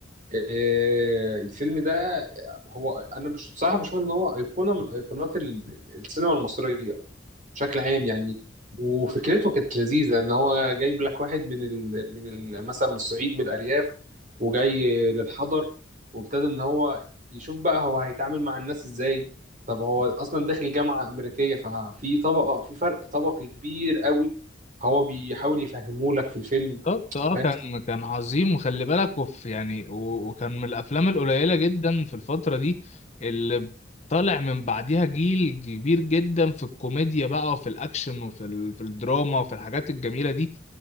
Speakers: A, on the right; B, on the left.
A: آه، الفيلم ده هو انا مش بصراحه بشوف ان هو ايقونه من ايقونات ال- السينما المصريه بشكل عام يعني وفكرته كانت لذيذه ان هو جايب لك واحد من ال... من ال... مثلا من الصعيد من الارياف وجاي للحضر وابتدى ان هو يشوف بقى هو هيتعامل مع الناس ازاي طب هو اصلا داخل جامعه امريكيه ففي طبقه في فرق طبقي كبير قوي هو بيحاول يفهمه لك في الفيلم
B: بالظبط اه
A: فاهم؟
B: كان كان عظيم وخلي بالك وف يعني و- وكان من الافلام القليله جدا في الفتره دي اللي طالع من بعديها جيل كبير جدا في الكوميديا بقى وفي الاكشن وفي ال... في الدراما وفي الحاجات الجميله دي